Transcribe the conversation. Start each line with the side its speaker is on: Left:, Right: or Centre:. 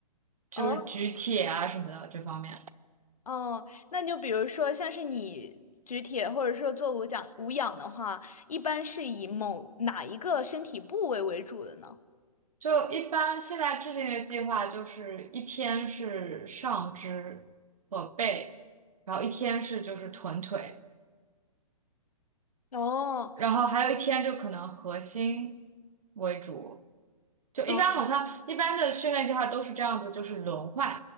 Right: 就是举铁啊什么的这方面。
Left: 哦哦，那就比如说像是你举铁或者说做无氧无氧的话，一般是以某哪一个身体部位为主的呢？
Right: 就一般现在制定的计划就是一天是上肢和背，然后一天是就是臀腿，
Left: 哦
Right: 然后还有一天就可能核心为主。就一般好像一般的训练计划都是这样子，
Left: 哦
Right: 就是轮换，